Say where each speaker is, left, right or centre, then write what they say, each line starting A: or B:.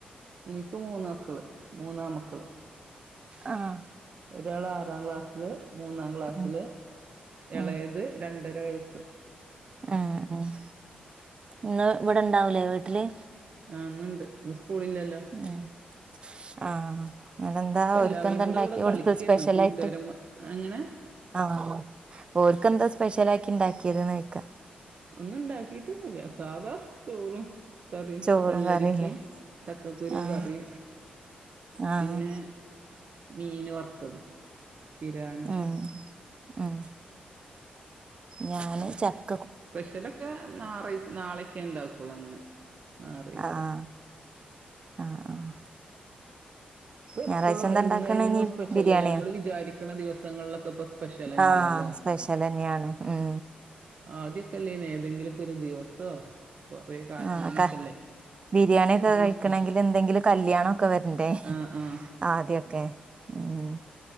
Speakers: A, on the right; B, on the right.
A: എനിക്ക് മൂന്ന് മക്കള് മൂന്നാമ്മക്കള്.
B: ആഹ്
A: ഒരാള് ആറാം ക്ലാസ്സില് മൂന്നാം ക്ലാസ്സില്
B: ഉം
A: എളെത്
B: ഉം
A: രണ്ടര വയസ്സ്.
B: ആഹ് ആഹ് ഇങ്ങള് ഇവടെ ഇണ്ടാവൂലേ വീട്ടില്?
A: ആഹ് ഇന്ന്ണ്ട് ഇന്ന് സ്കൂള് ഇല്ലല്ലോ?
B: ഏഹ് ആഹ് ഇന്നട്ടെന്താ
A: ഇപ്പ
B: ഓര്ക്ക്
A: എല്ലാവരും
B: എന്താ
A: കൂടെ
B: ഇണ്ടാക്കി
A: ഇവിടെ
B: കൊടുത്തെ
A: കളിക്കേന്നു
B: സ്പെഷ്യൽ
A: കൂട്ടുകാരന്മാ
B: ആയിട്ട്?
A: എങ്ങനെ
B: ആഹ് ഓര്ക്കെന്താ സ്പെഷ്യലായിറ്റ് ഇണ്ടാക്ക്യത് ചോയ്ക്കാ
A: ഒന്നു ഇണ്ടാക്കിട്ടൊന്നുല്ല്യ സാധാ ചോറും കറീം
B: ചോറും
A: വെള്ളരിക്കെ
B: കറില്ലേ
A: ചക്കക്കുരു
B: ആഹ്
A: കറി
B: ആഹ്
A: പിന്നെ മീന് വറ്ത്തത് പിരാനു
B: ഉം ഉം ഞാന് ചക്
A: സ്പെഷ്യലൊക്കെ നാറായ്ച്ച് നാളെക്കെ ഇണ്ടാക്കുള്ളു അങ്ങനെ. ഞായറാഴ്ച
B: ആഹ് ആഹ് ആഹ് ആഹ്
A: <inaudible> ഇപ്പ എപ്പളു
B: ഞായറാഴ്ച എന്താ
A: എന്നു
B: ഇണ്ടാക്ക്ണെ
A: എന്നും
B: ഇനി
A: സ്പെഷ്യൽ
B: ബിരിയാണിയോ
A: അല്ലേ അമ്മള് വിചാരിക്കണ ദിവസങ്ങളിലൊക്കെ ഇപ്പ സ്പെഷ്യലെന്നെല്ലേ
B: ആഹ്
A: ലെ?
B: സ്പെഷ്യലെന്നെയാണ് ഉം
A: ആദ്യൊക്കെ അല്ലായിനോ ഏതെങ്കിലൊക്കെ ഒരു ദിവസോ കൊറേ കാലം
B: ആഹ്
A: അങ്ങനെയൊക്കെല്ലേ
B: ക ബിരിയാണി
A: ഇപ്പ
B: ഒക്കെ
A: എന്നും
B: കഴിക്കണെങ്കില്
A: സ്പെഷ്യൽ
B: എന്തെങ്കിലു കല്യാണൊക്കെ വെരണ്ടേ
A: ആഹ് ആഹ്
B: ആദ്യൊക്കെ ഉം